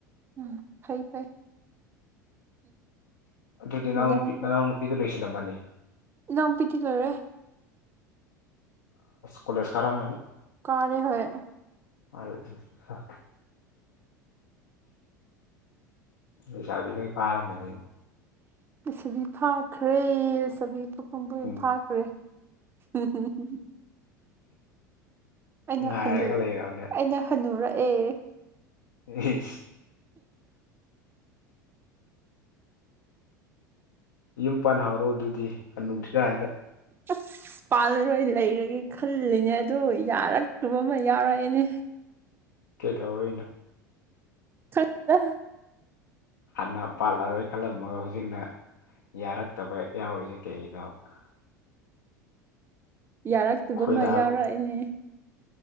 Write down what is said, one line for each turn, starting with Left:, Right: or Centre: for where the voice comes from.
Right: ꯎꯝ ꯐꯩ ꯐꯩ
Left: ꯑꯗꯨꯗꯤ
Right: ꯃꯅꯦꯝ
Left: ꯅꯅꯥꯎꯄꯤ ꯅꯅꯥꯎ ꯅꯨꯄꯤꯗ ꯂꯣꯏꯁꯤꯜꯂꯝꯃꯅꯤ
Right: ꯏꯅꯥꯎ ꯄꯤꯗꯤ ꯂꯣꯏꯔꯦ
Left: ꯀꯣꯂꯦꯖ ꯀꯥꯔꯝꯃꯅꯤ
Right: ꯀꯥꯔꯦ ꯍꯣꯏ
Left: ꯑ ꯂꯩꯁꯥꯕꯤ ꯂꯣꯏ ꯐꯥꯔꯝꯕꯅꯤꯅꯦ
Right: ꯁꯨꯕꯤ ꯊꯥꯈ꯭ꯔꯦ ꯆꯕꯤ ꯄꯈꯐꯝꯕꯨꯝ
Left: ꯎꯝ
Right: ꯐꯥꯈ꯭ꯔꯦ ꯎ ꯑꯩꯅ
Left: ꯉꯥꯏꯔꯒ
Right: ꯍ
Left: ꯂꯩꯔꯕꯅꯦ
Right: ꯑꯩꯅ ꯍꯟꯅꯨꯔꯛꯑꯦ
Left: ꯏ ꯌꯨꯝ ꯄꯥꯟ ꯍꯧꯔꯣꯑꯣ ꯑꯗꯨꯗꯤꯨꯗ꯭ꯔꯤ ꯀꯥꯏ ꯍꯗ
Right: ꯎ ꯄꯥꯜꯂꯔꯣꯏ ꯂꯩꯔꯒꯦ ꯈꯜꯂꯤꯅꯦ ꯑꯗꯨ ꯌꯥꯔꯛꯇ꯭ꯔꯨꯕ ꯑꯃ ꯌꯥꯎꯔꯛꯑꯦꯅꯦ
Left: ꯀꯩꯗꯧꯩꯅ
Right: ꯊ
Left: ꯍꯥꯟꯅ ꯄꯥꯠꯂꯔꯣꯏ ꯈꯜꯂꯝꯃꯒ ꯍꯧꯖꯤꯛꯅ ꯌꯥꯔꯛꯇꯕ ꯌꯥꯎꯔꯤꯁꯦ ꯀꯩꯒꯤꯅꯣꯕ
Right: ꯌꯥꯔꯛꯇꯨꯕ
Left: ꯈꯣꯏꯗꯥ
Right: ꯑꯃ ꯌꯥꯎꯔꯛꯏꯅꯦ